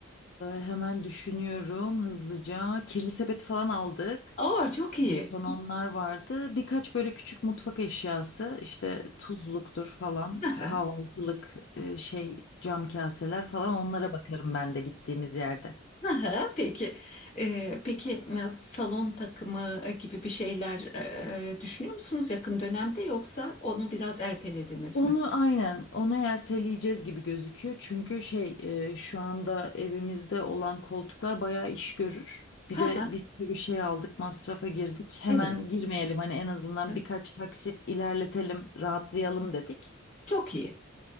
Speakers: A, on the left (about 55°); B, on the left (about 35°).
A: hemen düşünüyorum hızlıca. Kirli sepeti falan aldık.
B: Aa çok iyi.
A: En son onlar vardı. Birkaç böyle küçük mutfak eşyası işte tuzluktur falan
B: <laughs> Aha.
A: kahvaltılık e, şey cam kaseler falan onlara bakarım ben de gittiğimiz yerde.
B: Aha, peki. Ee, peki e, salon takımı gibi bir şeyler e, düşünüyor musunuz yakın dönemde yoksa onu biraz ertelediniz
A: Onu
B: mi?
A: aynen onu erteleyeceğiz gibi gözüküyor. Çünkü şey e, şu anda evimizde olan koltuklar bayağı iş görür. Bir
B: ha
A: de bir sürü şey aldık, masrafa girdik. Hemen
B: evet.
A: girmeyelim hani en azından
B: Hı.
A: birkaç taksit ilerletelim, rahatlayalım dedik.
B: Çok iyi.